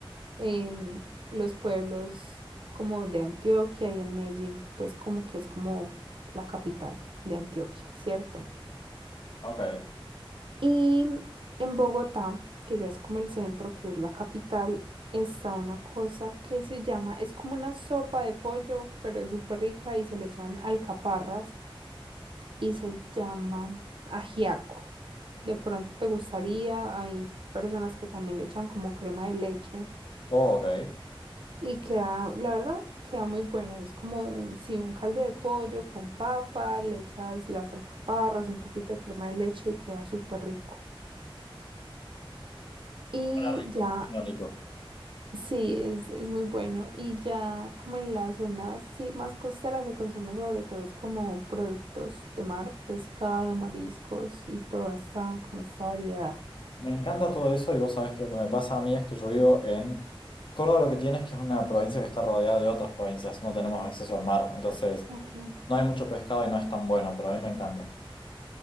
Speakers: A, on the right; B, on the left.
A: em, los pueblos como de Antioquia y en Medellín, pues como que es como la capital de Antioquia, ¿cierto?
B: Ok.
A: Y en Bogotá, que ya es como el centro, que es la capital, está una cosa que se llama, es como una sopa de pollo, pero es súper rica y se le echan alcaparras y se llama ajiaco. De pronto te gustaría, hay personas que también le echan como crema de leche
B: Oh, ok.
A: y queda, la verdad, queda muy bueno. Es como un, sí, un caldo de pollo con papa, le echas las alcaparras, un poquito de crema de leche y queda súper rico. Y
B: Suena rico.
A: ya
B: Suena rico.
A: Sí, es, es muy bueno. Y ya como en las zonas sí más costeras se consume sobre todo es como productos de mar, pescado, mariscos y toda esta, como esta variedad.
B: Me encanta todo eso y vos sabés que lo que me pasa a mí es que yo vivo en... Córdoba lo que tienes que es una provincia que está rodeada de otras provincias. No tenemos acceso al mar, entonces
A: Ok.
B: no hay mucho pescado y no es tan bueno, pero a mí me encanta.